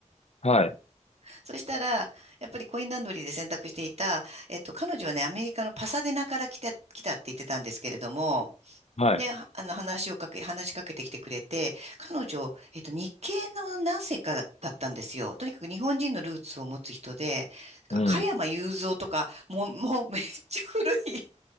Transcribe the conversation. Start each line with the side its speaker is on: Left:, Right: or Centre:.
Left: はい。
Right: <laughs> そしたら、やっぱりコインランドリーで洗濯していた、えっと、彼女はね、アメリカのパサデナから来た、来たって言ってたんですけれども、
Left: はい。
Right: で、はあの、話をかけ、話しかけてきてくれて、彼女、えっと、日系の何世かだだったんですよ。とにかく日本人のルーツを持つ人で、
Left: うん。
Right: なんか加山雄三とか、もう、もうめっちゃ古い